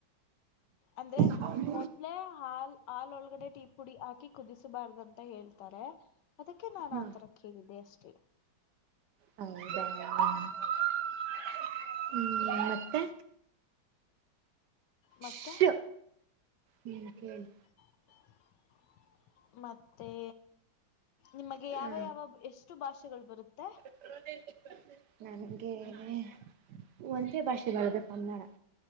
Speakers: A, on the left; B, on the right.
A: ಅಂದ್ರೆ
B: ಹಾಕ್ತಾರೆ
A: ಮೊದ್ಲೆೇ ಹಾಲ್ ಹಾಲ ಒಳಗಡೆ ಟೀ ಪುಡಿ ಹಾಕಿ ಕುದಿಸಬಾರ್ದಂತ ಹೇಳ್ತಾರೆ ಅದಕ್ಕೆ ನಾನ
B: ಹಾ
A: ಆತರ ಕೇಳಿದೆ ಅಷ್ಟೇ.
B: ಹೌದಾ <unintelligible> ಮತ್ತೆ
A: ಮತ್ತೆ
B: ಶು ಹ್ಮ್ ಹೇಳಿ
A: <inaudible> ಮತ್ತೆ ನಿಮಗೆ ಯಾವ
B: ಹಾ
A: ಯಾವ ಎಷ್ಟು ಭಾಷೆಗಳು ಬರುತ್ತೆ
B: <unintelligible> ನನ್ಗೆ <inaudible> ಒಂದೇ
A: ಹ್ಮ್
B: ಭಾಷೆ ಯಾವದಕ್ಕಒಂದರ